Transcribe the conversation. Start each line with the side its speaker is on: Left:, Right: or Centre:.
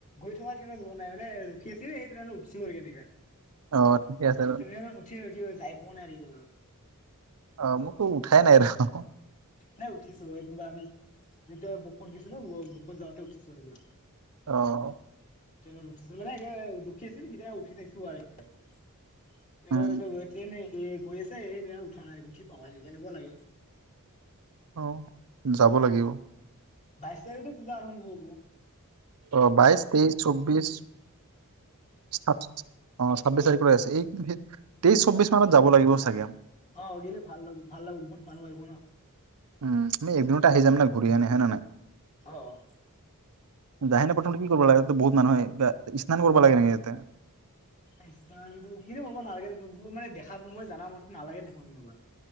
Left: গৈ থকা ট্ৰেনত যোৱা নাই মানে ৰখি আছিলো সেইট্ৰেইনত উঠি কেনেকা।
Right: অ ঠিকে আছে আৰু
Left: তে উঠি কি যাই পোৱা নাই আৰু
Right: অ মোৰতো উঠাই নাই ৰহ।
Left: নাই উঠিছো কিবা আমি যেতিয়া বকুত গিছিলো ন যাওঁতে উঠিছো আৰু।
Right: অহ
Left: ট্ৰেনত উঠি মানে লখি আছিল যেতিয়া উঠিইছো। <unintelligible> এ
Right: উম
Left: গৈ আছে সেইটো কাৰণে উঠা নাই গঠি পাই ন কেনেকুৱা লাগে।
Right: অ, যাব লাগিব।
Left: বাইশ তাৰিখতো পূজা আৰম্ভ হ'ব।
Right: অ বাইশ, তেইশ, চব্বিশ, ছাব্বিশ অ ছাব্বিশ তাৰিখলৈ আছে এই তেইশ চব্বিশ মানত যাব লাগিব চাগে।
Left: অ গিলে ভাল ল ভাল লাগব বহুত মানুহ আহিব ন।
Right: উম উচ্ আমি একদিনতে আহি যাম না ঘূৰি আহনে হে ন নাই।
Left: অ, অ।
Right: যাইকিনে প্ৰথমতে কি কৰিব লাগে, তাতে বহুত মানুহ আহে স্নান কৰিব লাগে নেকি তাতে।
Left: এই স্নানটো সেইটো কৰিব নালাগে দেখোন মই মানে দেখাৰ সময়ত মই জানা মতে নালাগে দেখোন এনেকুৱা।